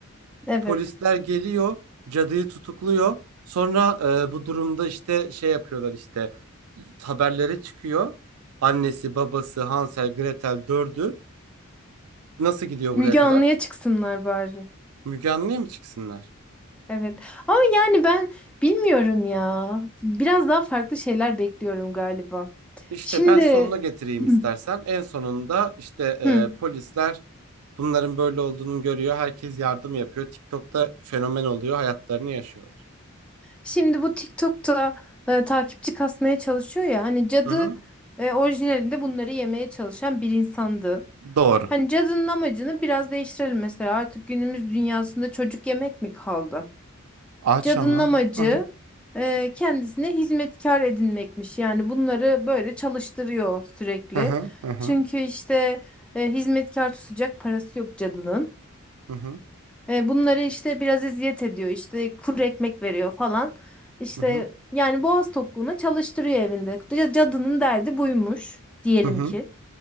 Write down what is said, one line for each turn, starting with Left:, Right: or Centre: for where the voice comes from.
Centre: Evet.
Right: Polisler geliyor, cadıyı tutukluyor. Sonra e, bu durumda işte şey yapıyorlar işte haberlere çıkıyor. Annesi, babası, Hansel, Gretel dördü. Nasıl gidiyor
Centre: Müge
Right: buraya kadar?
Centre: Anlı'ya çıksınlar bari.
Right: Müge Anlı'ya mı çıksınlar?
Centre: Evet. Ama yani ben bilmiyorum ya. Biraz daha farklı şeyler bekliyorum galiba.
Right: İşte
Centre: Şimdi
Right: ben sonuna getireyim
Centre: <clears throat>
Right: istersen. En sonunda işte
Centre: Hı.
Right: e, polisler bunların böyle olduğunu görüyor. Herkes yardım yapıyor. TikTok'ta fenomen oluyor. Hayatlarını yaşıyorlar.
Centre: Şimdi bu TikTok'ta e, takipçi kasmaya çalışıyor ya. Hani cadı
Right: Hı hı.
Centre: e, orijinalinde bunları yemeye çalışan bir insandı.
Right: Doğru.
Centre: Hani cadının amacını biraz değiştirelim mesela. Artık günümüz dünyasında çocuk yemek mi kaldı?
Right: Aç
Centre: Cadının
Right: ama.
Centre: amacı
Right: Hı hı.
Centre: e, kendisine hizmetkar edinmekmiş. Yani bunları böyle çalıştırıyor sürekli.
Right: Hı hı. Hı hı.
Centre: Çünkü işte e, hizmetkar tutacak parası yok cadının.
Right: Hı hı.
Centre: E, bunları işte biraz eziyet ediyor. İşte kuru ekmek veriyor falan. İşte
Right: Hı hı.
Centre: yani boğaz tokluğuna çalıştırıyor evinde. Ca- Cadının derdi buymuş diyelim
Right: Hı hı.
Centre: ki.